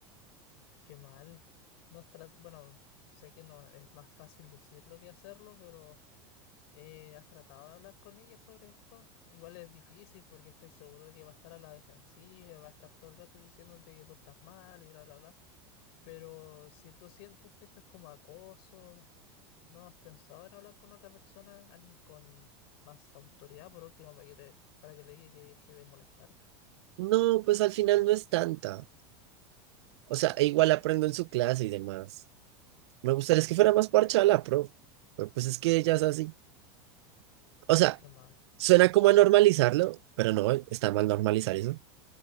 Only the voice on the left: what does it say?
Qué mal. No es tra- bueno, sé que no es más fácil decirlo que hacerlo, pero Eh, ¿has tratado de hablar con ella sobre esto? Igual es difícil porque estoy seguro de que va a estar a la defensiva, va a estar todo el rato diciéndote que tú estás mal y bla, bla, bla. Pero si tú sientes que esto es como acoso, ¿no has pensado en hablar con otra persona, alguien con más autoridad, por último, para que, le- para que le diga que deje de molestarte?
Qué mal.